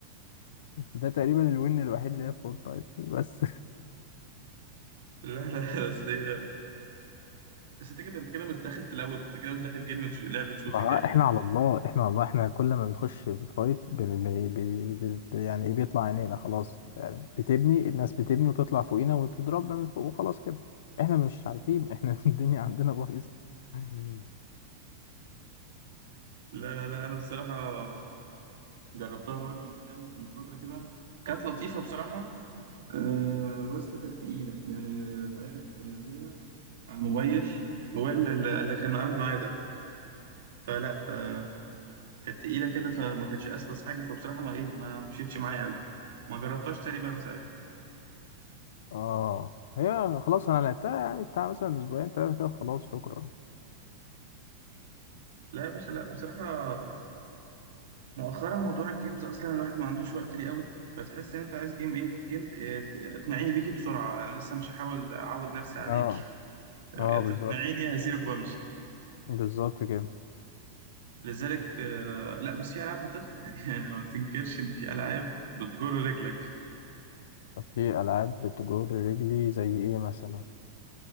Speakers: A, on the left (about 70°); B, on the right (about 75°).
A: ده تقريبا الوين الوحيد اللي هي في فول تايم بس
B: <laughs> لا لا بس هي بس أنت كده أنت كده مش داخل تلوت أنت كده مش داخل جيم ش- لعبة شوتينج
A: آه،
B: يا جدع
A: احنا على الله احنا على الله احنا كل ما بنخش فايت بي بي بي بي يعني ايه بيطلع عينينا خلاص يعني بتبني الناس بتبني وتطلع فوقينا وتضربنا من فوق وخلاص كده احنا مش عارفين احنا <laughs> الدنيا عندنا بايظه <laughs>
B: لا لا لا أنا بصراحة جربتها مرة من كام من فترة كده كانت لطيفة بصراحة آه بس كانت تقيلة يعني ساعتها كنت منزلها على الموبايل الموبايل اللي اللي كان قبل معايا ده فلا آه كانت تقيلة كده فما كانتش أسلس حاجة فبصراحة ما إيه ما مشيتش معايا أوي ما جربتهاش تاني بقى من ساعتها
A: اه هي خلاص انا لعبتها يعني بتاع مثلا اسبوعين ثلاثه كده خلاص شكرا
B: لا يا باشا لا بصراحة مؤخرا موضوع الجيمز اصلا الواحد ما عندوش وقت ليه قوي فتحس ان انت عايز جيم ايه جيم إيه، اقنعيني بيكي بسرعه انا لسه مش هحاول اعود نفسي عليكي
A: اه
B: يا
A: اه
B: تقنعيني
A: بالظبط
B: يا هسيبك وامشي
A: بالظبط كده
B: لذلك آه، لا بس في العاب بتقنع يعني <laughs> ما تنكرش ان في العاب بتجر رجلك
A: طب في العاب بتجر رجلي زي ايه مثلا